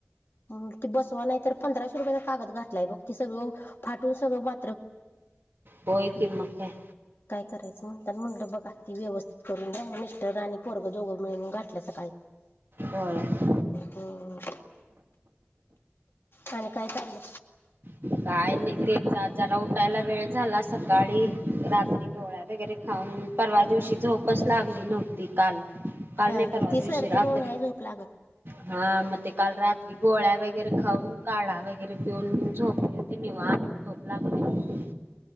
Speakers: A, on the left; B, on the right.
A: म ते बसवा नाही तर पंधराशे रुपयाचा कागद घात... ग ते सगळं फाटून सगळं म
B: होय किं मग काय
A: काय करायचं म्हणतं म्हटलं बघा ती व्यवस्थित करून जा मिस्टर आणि पोरगं दोघं मिळून घातल्या सकाळी
B: होय.
A: हम्म. आणि काय चाललं
B: काय नाही तेचा आज जरा उठायला वेळ झाला सकाळी रात्री गोळ्या वगैरे खाऊन परवा दिवशी झोपच लागली नव्हती काल कालने
A: हा हा
B: परवा
A: ती
B: दिवशी
A: सर्दी
B: रात्री
A: म्हणून नाही झोप लागत.
B: हा मग ते काल रात्री गोळ्या वगैरे खाऊन काढा वगैरे पिऊन झोपली होती निवात झोप लागली